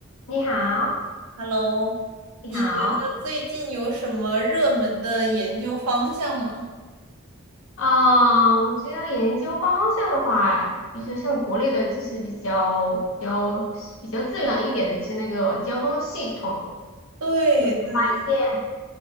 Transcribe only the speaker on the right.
Hello，
呃最近有什么热门的研究方向吗？
对对，